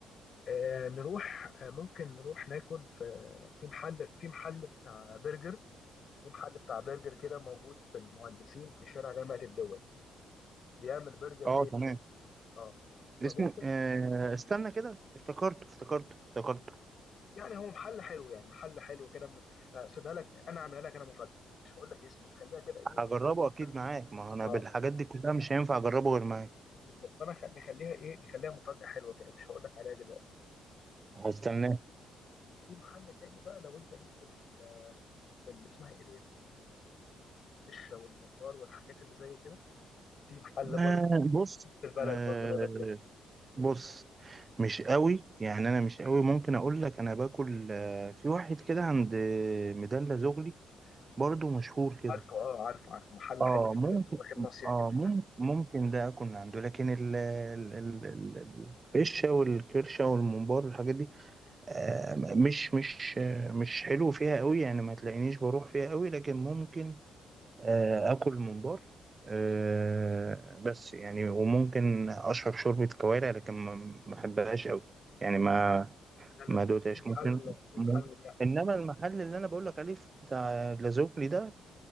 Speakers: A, on the left; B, on the right.
A: آه نروح آه ممكن نروح ناكل في في محل في محل بتاع برجر في محل بتاع برجر كده موجود في المهندسين في شارع جامعه الدول بيعمل برجر
B: اه
A: هايل
B: تمام
A: أوي. اه فممكن
B: اسمه آه استنى كده افتكرته افتكرته افتكرته
A: يعني هو محل حلو يعني محل حلو كده م- آه، سيبها لك انا عاملها لك انا مفاجاه مش هقول لك اسمه خليها كده ايه
B: هجربه
A: أصدق.
B: اكيد معاك ما هو انا
A: اه
B: بالحاجات دي كلها مش هينفع اجربه غير معاك
A: بالظبط فانا خ- نخليها ايه نخليها مفاجاه حلوه كده مش هقول لك عليها دلوقتي
B: هستناه
A: في محل تاني بقى لو انت ليك في ال- في ال- اسمها ايه ديت ال- الفشه والممبار والحاجات اللي زي كده في محل
B: آه
A: برضه
B: بص
A: في البلد
B: آه
A: برضه ده بجد
B: بص مش قوي يعني انا مش قوي ممكن اقول لك انا باكل آه في واحد كده عند ميدان لازوغلي برضه مشهور كده
A: عارفه اه عارفه عارفه محل
B: اه
A: حلو كده
B: ممكن
A: بتبقى داخل ناصيه
B: اه
A: كده
B: ممكن ممكن ده اكون عنده لكن ال ال ال ال- الفشه والكرشه والممبار والحاجات دي آه مش مش آه مش حلو فيها قوي يعني ما تلاقينيش بروح فيها قوي لكن ممكن آه اكل ممبار آه بس يعني وممكن اشرب شوربه كوارع لكن ما ما بحبهاش قوي يعني ما
A: لا لا
B: ما
A: في
B: دوتهاش
A: في محل
B: ممكن
A: في محل
B: ممكن-
A: يعني
B: انما المحل اللي انا بقول لك عليه بتاع لازوكلي ده